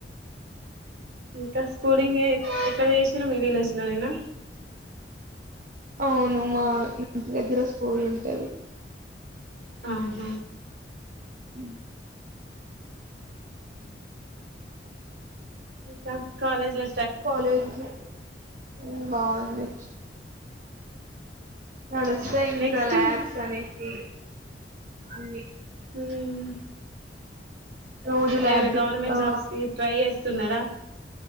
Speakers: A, on the right; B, on the right.
A: ఇంక స్కూలింగ్ ఎక్కడ చేస్తున్నావ్ మీ విలేజ్ లోనైనా
B: అవును మా ఇంటి దగ్గర స్కూల్ ఉంటది
A: ఆహ
B: ఉమ్
A: ఇంకా కాలేజ్లో
B: కాలేజ్ లో ఉమ్ బాగుంది నడుస్తాయి ఇంకా
A: నెక్స్ట్ ఉమ్
B: ల్యాబ్స్ అనేసి అన్ని
A: మ్
B: రోజు ల్యాబ్
A: ఏమైనా
B: చెప్తా
A: గవర్నమెంట్ జాబ్స్ కి ట్రై చేస్ స్తున్నారా